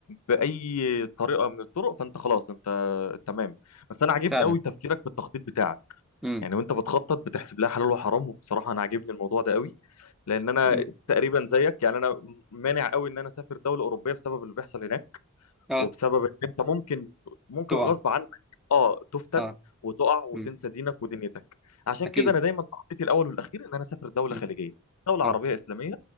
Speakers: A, on the left; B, in the centre.
A: باي طريقه من الطرق فانت خلاص انت تمام بس انا عاجبني
B: فعلا
A: قوي تفكيرك في التخطيط بتاعك
B: امم
A: يعني وانت بتخطط بتحسب لها حلال وحرام وبصراحه انا عاجبني الموضوع ده قوي لان انا
B: امم
A: تقريبا زيك يعني انا مانع قوي ان انا اسافر دوله اوروبيه بسبب اللي بيحصل هناك
B: اه
A: وبسبب ان انت ممكن ممكن
B: تقع
A: غصب عنك اه تفتن
B: اه
A: وتقع وتنسى
B: امم
A: دينك ودنيتك عشان
B: اكيد
A: كده انا دايما تخطيطي الاول والاخير ان انا اسافر دوله
B: امم
A: خليجيه دوله
B: اه
A: عربيه اسلاميه